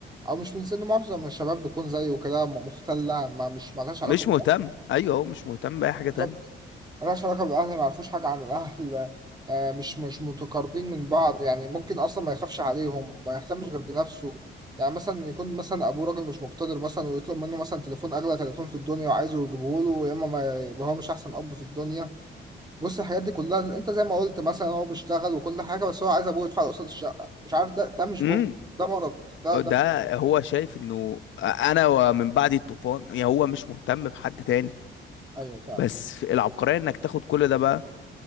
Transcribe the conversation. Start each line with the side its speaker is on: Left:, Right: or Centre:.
Right: او مش من سن معظم الشباب بيكون زيه كده م- مختلة ما مش مالهاش علاقة
Left: مش مهتم ايوه هو مش مهتم باي حاجه تانية
Right: بالظبط ملهاش علاقة بالأهل ما يعرفوش حاجة عن الأهل آه، مش مش متقاربين من بعض يعني ممكن أصلا ما يخافش عليهم ما يهتمش غير بنفسه يعني مثلا يكون مثلا أبوه راجل مش مقتدر مثلا ويطلب منه مثلا تليفون أغلى تليفون في الدنيا وعايزه يجيبه له يا إما ما يبقى هو مش أحسن أب في الدنيا بص الحاجات دي كلها أنت زي ما قلت مثلا هو بيشتغل وكل حاجة بس هو عايز أبوه يدفع له قسط الشقة مش عارف ده ده مش
Left: مم.
Right: بخل ده مرض ده
Left: ده
Right: ده
Left: هو شايف انه انا ومن بعد الطوفان يعني هو مش مهتم بحد تاني
Right: أيوه فعلا
Left: بس في العبقرية انك تاخد كل ده بقى